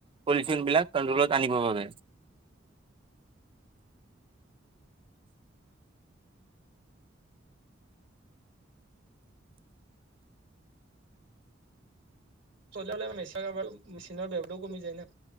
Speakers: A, on the right; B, on the right.
A: পলিউচন বিলাক কন্ট্ৰলত আনিব পাৰে।
B: চলিয় হ'লে আৰ মেচাৰ কাৰবাৰ মেচিনৰ বেহটোও কমি যায় না।